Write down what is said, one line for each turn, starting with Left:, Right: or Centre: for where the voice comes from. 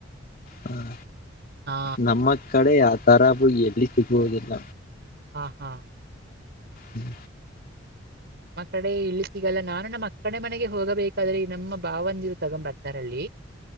Left: ಹ
Right: ಹಾ
Left: ನಮ್ಮ ಕಡೆ ಆ ತರಬು ಎಲ್ಲಿ ಸಿಗುವುದಿಲ್ಲ
Right: ಹಾ ಹಾ
Left: ಹ್ಮ್
Right: ನಮ್ಮ ಕಡೆ ಇಲ್ಲಿ ಸಿಗಲ್ಲ ನಾನು ನಮ್ಮ ಅಕ್ಕಡೆ ಮನೆಗೆ ಹೋಗಬೇಕಾದ್ರೆ ನಮ್ಮ ಭಾವಂದಿರು ತಗೊ್ ಬರ್ತಾರಲ್ಲಿ